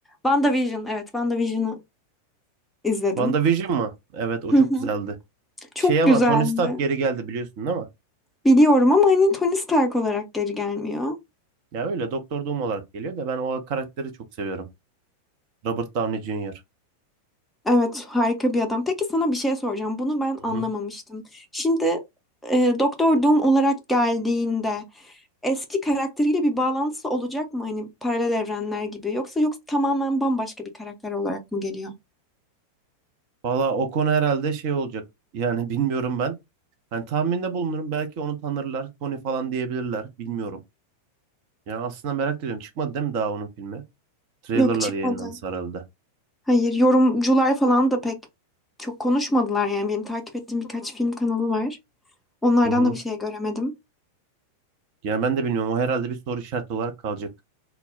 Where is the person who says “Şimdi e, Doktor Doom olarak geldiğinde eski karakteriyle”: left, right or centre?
Centre